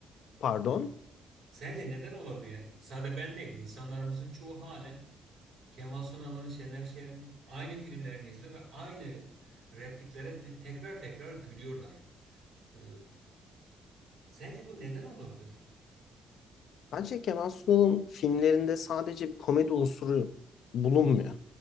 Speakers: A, on the left; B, on the right.
A: pardon,
B: Sence neden olabilir? Yani sadece ben değil, insanlarımızın çoğu halen Kemal Sunal'ın, Şener Şen'in aynı filmlerini izliyor ve aynı repliklere te- tekrar tekrar gülüyorlar. Ee, sence bu neden olabilir?
A: Bence Kemal Sunal'ın filmlerinde sadece bir komedi unsuru bulunmuyor.